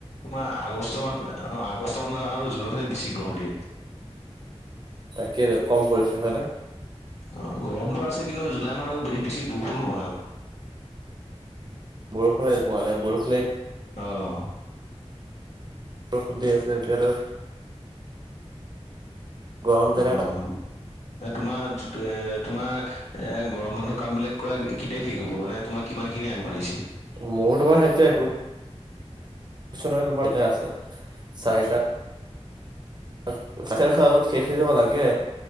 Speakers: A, on the left; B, on the right.
A: তোমাৰ আগষ্ট মান অ আগষ্ট মানৰ আৰু জুনতহে বেছি গৰম দিয়ে।
B: তাকেতু কম পৰিছে হয়নে?
A: অৱ গৰমতটো আছে কিন্তু জুলাই মাহত আকৌ বেছি বষুুণো হয় আক।
B: বৰষুণে পোৱা নাই বৰষু
A: অৱ।
B: ঔষধ দি আছে এতিয়াতো। গৰম তেনে
A: অৱ। এ তোমাৰ এ তোমাৰ এ গৰম বন্ধৰ কাম বিলাক কৰা কেতিয়া শেষ হ'ব মানে তোমাৰ কিমান খিনি আগবাঢ়িছে?
B: মোৰ তোমাৰ সেইটোএ <unintelligible> তোমাৰ এতিয়া আছে চাৰিটা <unintelligible> আগত শেষ হৈ যাব লাগে।